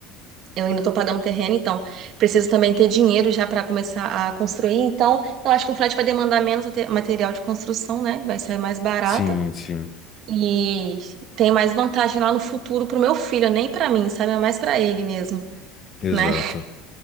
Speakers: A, on the right; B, on the left.
A: eu ainda tô pagando terreno, então preciso também ter dinheiro já para começar a construir. Então, eu acho que um flat vai demandar menos ate- material de construção, né? Vai sair mais barato.
B: Sim, sim.
A: E tem mais vantagem lá no futuro pro meu filho, nem pra mim, sabe? É mais pra ele mesmo,
B: Exato.
A: né?